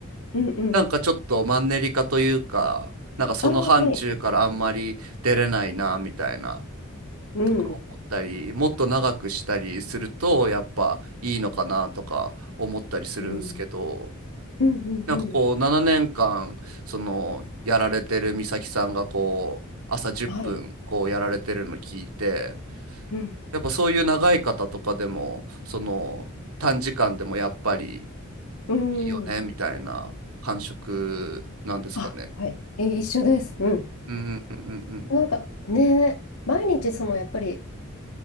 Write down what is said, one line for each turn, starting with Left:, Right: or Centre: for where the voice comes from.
Left: うん、うん。
Right: なんかちょっとマンネリ化というか、なんかその範疇からあんまり出れないなみたいな
Left: ああ、はい。うん、
Right: とか思ったり、もっと長くしたりするとやっぱいいのかなとか思ったりするんですけど、
Left: うん、うん、うん、
Right: なんかこう7年間そのやられてる美咲さんがこう朝10分こうやられてるの聞いて、
Left: うん。はい。うん、
Right: やっぱそういう長い方とかでもその短時間でもやっぱり
Left: うん。
Right: いいよねみたいな感触なんですかね。
Left: あ、はい。え一緒です。うん。
Right: うんうんうん
Left: なんかね、毎日そのやっぱり